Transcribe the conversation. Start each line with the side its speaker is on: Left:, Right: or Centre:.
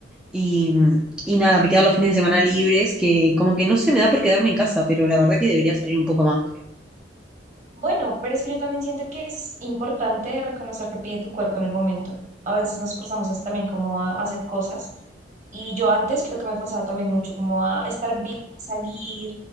Centre: Y, y nada, me quedan los fines de semana libres, que como que no se me da por quedarme en casa, pero la verdad que debería salir un poco más, creo.
Right: Bueno, pero es que yo también siento que es importante reconocer que pide tu cuerpo en el momento. A veces nos forzamos as- también como a, a hacer cosas Y yo antes creo que me forzaba también mucho como a estar bien, salir,